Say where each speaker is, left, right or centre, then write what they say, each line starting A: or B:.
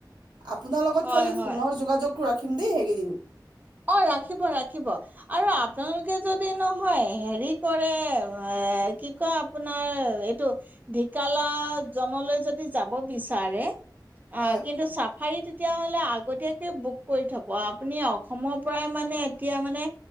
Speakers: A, on the right; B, on the right.
A: আপোনাৰ লগত
B: হয়
A: খালি
B: হয়
A: ফোনৰ যোগাযোগটো ৰাখ খিম দেই সেইকেইদিন
B: অ ৰাখিব ৰাখিব আৰু আপোনালোকে যদি নহয় হেৰি কৰে এ কি কয় আপোনাৰ এইটো ঢিকালা জনলৈ যদি যাব বিচাৰে অ
A: হয়,
B: কিন্তু চাফাৰিত তেতিয়াহ'লে আগতীয়াকে বুক কৰি থব আপুনি অক অসমৰ পৰাই মানে এতিয়া মানে